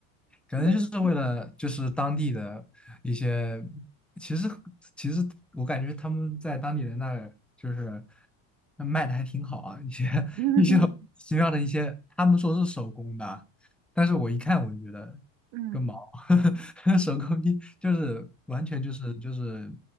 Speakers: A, in the centre; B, on the right.
A: 可能就是为了就是当地的一些，
B: 对，
A: 其实其实我感觉他们在当地人那儿就是卖的还挺好啊，一些 <laughs>
B: <laughs>
A: 一些奇妙的一些，他们说是手工的，但是我一看我就觉得个毛，
B: 嗯，
A: <laughs> 手工艺就是完全就是就是